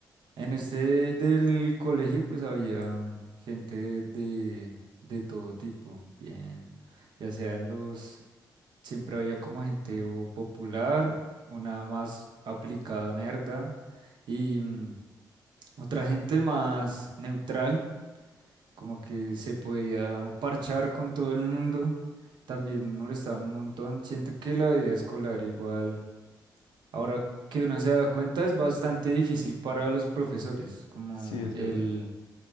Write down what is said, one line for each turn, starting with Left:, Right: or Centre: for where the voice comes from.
Right: en este del colegio pues había gente de, de todo tipo, bien, ya sean los... Siempre había como gente o popular, una más aplicada, nerda, y mm, otra gente más neutral, como que se podía parchar con todo el mundo. También molestaban un montón. Siento que la vida escolar igual, ahora que uno se da cuenta, es bastante difícil para los profesores, como
Left: sí, es
Right: el,
Left: verdad.